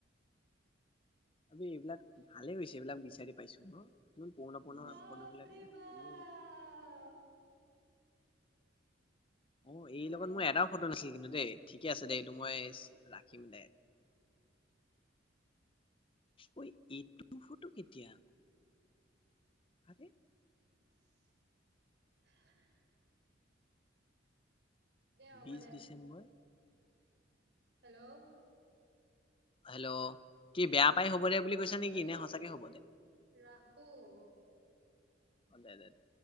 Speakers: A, on the left; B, on the right.
A: আমি এইবিলাক ভালে হৈছে এইবিলাক বিচাৰি পাইছো ন ইমান পুৰণা পুৰণা
B: বাপৰে
A: ফটোবিলাক
B: বাপ
A: অ অ এই লগত
B: বে
A: মোৰ এটাও ফটো নাছিল কিন্তু দেই ঠিকে আছে দেই মইচ ৰাখিম দে ঐ এইটো ফটো কেতিয়া আকৌ
B: হা হ'ব
A: বিশ
B: দে
A: ডিচেম্বৰ
B: হেল্ল'
A: হেল্ল' কি বেয়া পাই হব দে বুলি কৈছা
B: ৰাখো
A: নেকি নে সঁচাকে হব দে।
B: ৰাখো
A: অ দে দে দে।